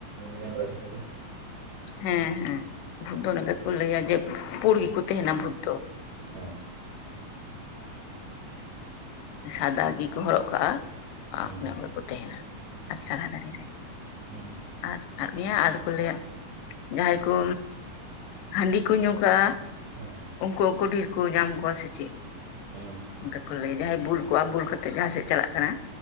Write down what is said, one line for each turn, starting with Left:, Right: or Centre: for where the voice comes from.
Right: ᱢᱮᱱ ᱵᱟᱲᱟᱭ ᱛᱟᱦᱮᱱᱟ
Left: ᱦᱮᱸ ᱦᱮᱸ ᱵᱷᱩᱫ ᱚᱱᱠᱟ ᱠᱚ ᱞᱟᱹᱭᱟ ᱡᱮ ᱯᱚᱲ ᱜᱤ ᱠᱚ ᱛᱟᱦᱮᱱᱟ ᱵᱷᱩᱛ ᱫᱚ,
Right: ᱦᱮᱸ
Left: ᱥᱟᱫᱟ ᱜᱮᱠᱚ ᱦᱚᱨᱚᱜ ᱠᱟᱜᱼᱟ
Right: ᱦᱮᱸ ᱦᱮᱸ
Left: ᱚᱱᱮ ᱚᱱᱠᱟ ᱠᱚ ᱛᱟᱦᱮᱸᱱᱟ ᱟᱨ ᱥᱚᱨᱦᱟ ᱫᱟᱲᱮ ᱨᱮ
Right: ᱦᱩᱸ
Left: ᱟᱫ ᱟᱫ ᱢᱤᱭᱟ ᱟᱫᱚ ᱠᱚ ᱞᱟᱹᱭᱟ, ᱡᱟᱦᱟᱸᱟᱸᱭ ᱠᱚ ᱦᱟᱺᱰᱤ ᱠᱚ ᱧᱩ ᱠᱟᱜᱼᱟ
Right: ᱦᱮᱸ
Left: ᱩᱱᱠᱩ ᱩᱱᱠᱩ ᱰᱷᱮᱨᱠᱩ ᱧᱟᱢ ᱠᱚᱣᱟ ᱥᱮ ᱪᱮᱫ
Right: ᱦᱮᱸ
Left: ᱚᱱᱠᱟ ᱠᱚ ᱞᱟᱹᱭ ᱡᱟᱦᱟᱸᱭ ᱵᱩᱞ ᱠᱚᱜᱼᱟ ᱵᱩᱞ ᱠᱟᱛᱮᱜ ᱡᱟᱦᱟᱸ ᱥᱮᱫ ᱪᱟᱞᱟᱜ ᱠᱟᱱᱟ,